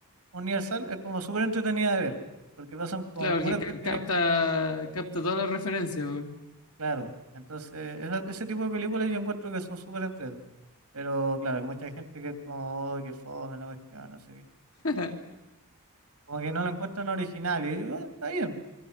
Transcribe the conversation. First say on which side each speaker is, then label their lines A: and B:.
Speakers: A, on the right (about 70°); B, on the left (about 75°).
A: Universal es como súper entretenida de ver, porque pasan como
B: Claro, porque
A: puras
B: ca-
A: cuestiones,
B: capta, capta todas las referencias. po.
A: claro. Entonces, esa- ese tipo de películas yo encuentro que son súper entretenidas. Pero claro, hay mucha gente que es como, "Uy, qué fome la cuestión, no sé qué.
B: <laughs>
A: Como que no la encuentran original, y yo, "Bueno, está bien,